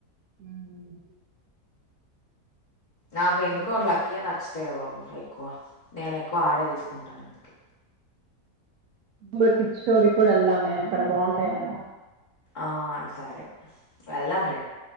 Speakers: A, on the right (about 70°); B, on the left (about 35°).
A: హ్మ్
B: నాకు ఎందుకో
A: మ్మ్.
B: లక్కీ అని అన్ వస్తాయే బాబు ఎక్కువ నేను ఎక్కువ ఆడే తీసుకుంటాను అందుకే
A: పిక్ స్టోరీ కూడా వెళ్దామే అక్కడ బాగుంటాయట
B: ఆ సరే వెళ్దాంలే